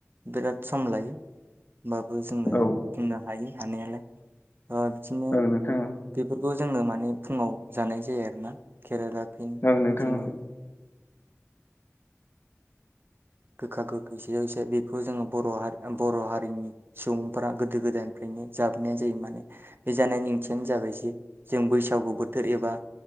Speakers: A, on the right (about 45°); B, on the left (about 40°).
A: बिराद सम लायो हबाबो जोङो
B: औ
A: बुंनो हायो हानायालाय बिदिनो
B: ओं नोंथां
A: बेफोरखौ जोङो माने फुङाव जानाय जायो आरोना केरेला। फिन
B: ओं नोंथां
A: बिदिनो। गोखा गोखै स जसे बेखौ जोङो बर' हारि बर' हारिनि सुबुंफ्रा गोदो गोदायनिफ्रायनो जाबोनाय जायो माने बे जानायनि ओंथियानो जाबाय जे जों बैसागु बोथोर एबा